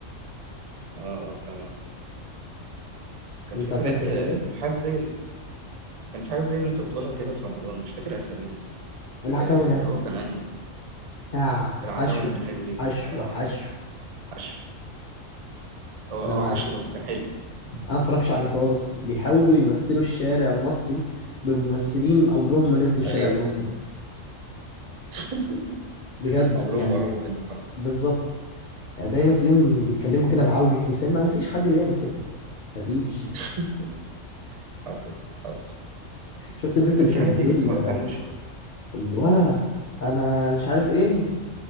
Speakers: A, on the right; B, on the left.
A: اه آه، فاهم قصدك كان
B: انت
A: في حاجات
B: فاهم الفكره
A: كان
B: دي
A: في حاجات زي ال- كان في حاجات زي اللي انت بتقولها كده في رمضان مش فاكر اساميهم
B: اللي
A: آه،
B: هتقوله
A: اللي هو كان انهي
B: آه
A: العتاولة
B: حشو
A: كان حلو جدا
B: حشو
A: الصراحة
B: حشو
A: حشو هو
B: انا
A: هو
B: ما
A: حشو بس كان حلو
B: انا متفرجش عليه خالص بيحاولوا يمثلوا الشارع المصري بممثلين عمرهم ما نزلوا الشارع
A: ايوه
B: المصري
A: <laughs>
B: بجد
A: عمرهم
B: يعني
A: ما قربوا منه حصل
B: بالظبط يعني دايما تلاقيهم بيتكلموا كده بعوجة لسان ما فيش حد بيعمل كده ما فيش
A: <laughs> حصل حصل
B: شفت البنت
A: كان
B: اللي
A: في
B: كانت
A: حاجة
B: بتقول
A: تانية اتفرجت
B: آه،
A: عليها مش فاكر
B: الولا انا مش عارف ايه